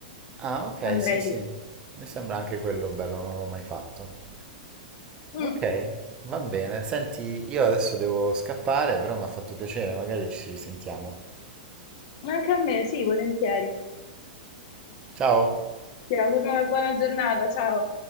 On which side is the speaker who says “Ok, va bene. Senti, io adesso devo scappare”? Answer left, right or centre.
Right